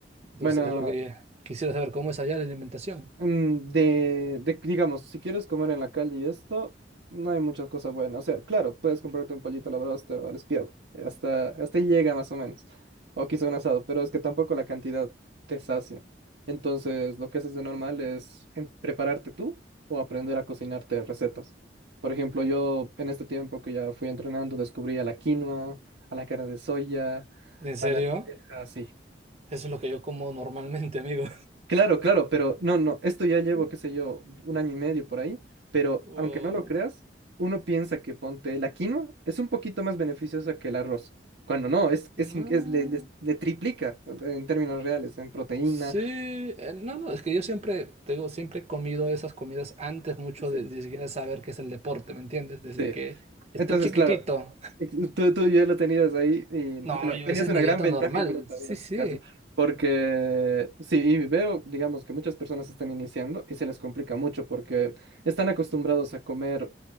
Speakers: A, on the right (about 40°); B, on the right (about 75°).
A: Entonces
B: Bueno,
A: es lo que quisiera saber, ¿cómo es allá la alimentación?
B: Mm, De, de- digamos, si quieres comer en la calle y esto, no hay muchas cosas buenas. O sea, claro, puedes comprarte un pollito a la broster o al espiado. eh, Hasta, hasta ahí llega más o menos. O quizá un asado, pero es que tampoco la cantidad te sacia. Entonces, lo que haces de normal es em- prepararte tú o aprender a cocinarte recetas. Por ejemplo, yo en este tiempo que ya fui entrenando, descubrí a la quinoa, a la carne de soya,
A: ¿En serio?
B: a la lenteja, así.
A: Eso es lo que yo como normalmente, amigo.
B: Claro, claro, pero no, no, esto ya llevo,
A: <laughs>
B: qué sé yo, un año y medio por ahí, pero
A: Wow.
B: aunque no lo creas, uno piensa que ponte la quinoa es un poquito más beneficiosa que el arroz, cuando no, es, es,
A: Mm.
B: in- es- le, le- le triplica o sea, en términos reales, en proteína.
A: Sí, eh, no, no, es que yo siempre, te digo, siempre he comido esas comidas antes mucho
B: Sí, sí.
A: de ni siquiera saber qué es el deporte, ¿me entiendes? Desde
B: Sí.
A: que estoy
B: Entonces,
A: chiquitito.
B: claro,
A: <laughs>
B: tú, tú ya lo tenías ahí y bueno,
A: No, yo,
B: tenías
A: esa es
B: una
A: mi
B: gran
A: dieta
B: ventaja
A: normal.
B: y no lo sabías
A: Sí, sí.
B: casi, porque sí, y veo, digamos, que muchas personas están iniciando y se les complica mucho porque están acostumbrados a comer